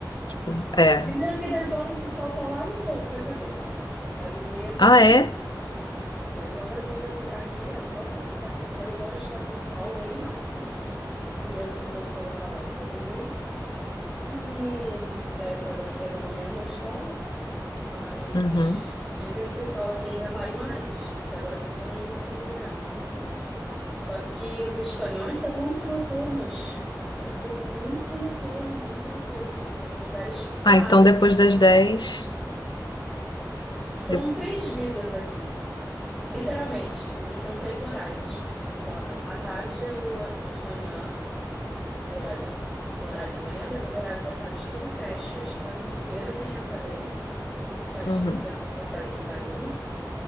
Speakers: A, on the left (about 75°); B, in the centre.
A: tipo, é.
B: Primeiro que 10 horas o sol tá lá no topo da cabeça. Para dormir é super
A: Ah, é?
B: difícil. 10 horas ainda tem. Aqui agora, tá com, 10 horas está com o sol bem alto e eu tentando colocar a hora para dormir e para acordar cedo amanhã na escola. Mas
A: Uhum.
B: dizem que o sol aqui ainda vai mais, porque agora tá só no início do verão. Só que os espanhóis são muito noturnos. É um povo muito noturno, muito noturno. Tem lugares que só
A: Ah,
B: abrem
A: então depois
B: a partir
A: das
B: da meia-noite.
A: 10
B: São
A: de-
B: três vidas aqui, literalmente, porque são três horários que funcionam. À tarde é o hor- de manhã, o horário, o horário da manhã, depois o horário da tarde, tudo fecha. A Espanha inteira tem essa lei e tudo fecha,
A: Uhum.
B: você não consegue lugar nenhum.